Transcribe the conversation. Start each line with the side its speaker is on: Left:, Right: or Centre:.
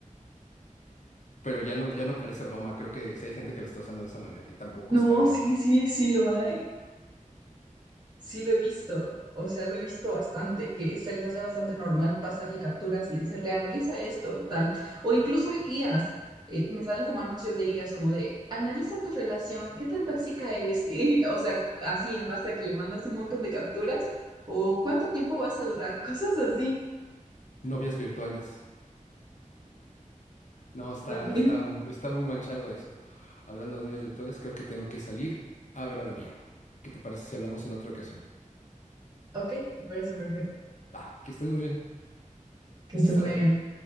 Left: Pero ya no, ya no parece broma, creo que sí hay gente que lo está usando de esa manera y tampoco
Right: No,
Left: está bien,
Right: sí,
Left: ¿no?
Right: sí, sí lo hay. Sí lo he visto, o sea, lo he visto bastante, que se les hace bastante normal pasarle capturas y decirle, analiza esto, tal, o incluso IAs, eh, me salen como anuncios de IAs, como de, analiza tu relación, qué tan tóxica es, <laughs> y, o sea, así en base a que le mandas un montón de capturas, o cuánto tiempo vas a durar, <laughs> cosas así
Left: Novias virtuales. No, está,
Right: también.
Left: está, mu- está muy manchado eso. Hablando de novias virtuales, creo que tengo que salir a ver a la mía. ¿Qué te parece si hablamos en otra ocasión?
Right: Ok, me parece perfecto,
Left: Va, que estés muy bien.
Right: que estés
Left: Hasta
Right: muy
Left: luego.
Right: bien.